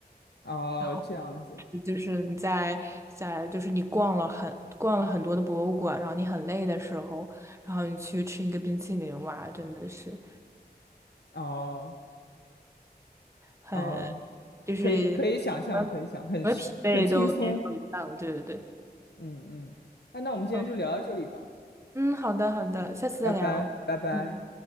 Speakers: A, on the left (about 85°); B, on the right (about 15°).
A: 哦，
B: 然后
A: 这样子。
B: 就是你在在就是你逛了很逛了很多的博物馆，然后你很累的时候，然后你去吃一个冰淇淋，哇，真的是
A: 哦
B: 很就是
A: 哦，可以可以想象，
B: 什
A: 可以想，很
B: 么疲惫都烟消云散了。
A: 很轻松。
B: 对对对，
A: 嗯嗯。哎，那我们今天就聊到这里吧，
B: 嗯嗯，好的好的，下次再聊。
A: 拜拜，拜拜。
B: 嗯，